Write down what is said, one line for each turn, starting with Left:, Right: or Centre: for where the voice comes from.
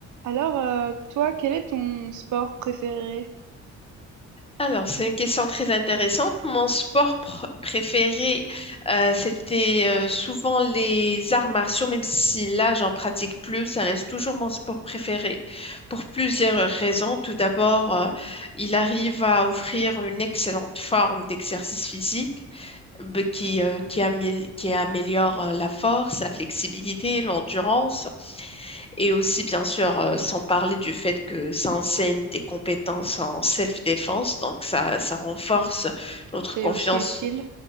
Right: Alors, euh, toi, quel est ton sport préféré?
Left: Alors, c'est une question très intéressante. Mon sport pr- préféré, euh, c'était euh, souvent les arts martiaux, même si là, j'en pratique plus, ça reste toujours mon sport préféré pour plusieurs raisons. Tout d'abord, euh, il arrive à offrir une excellente forme d'exercice physique euh, qui, euh, qui amél- qui améliore euh, la force, la flexibilité, l'endurance. Et aussi, bien sûr, euh, sans parler du fait que ça enseigne des compétences en self-défense, donc ça, ça renforce notre
Right: C'est
Left: confiance.
Right: aussi utile.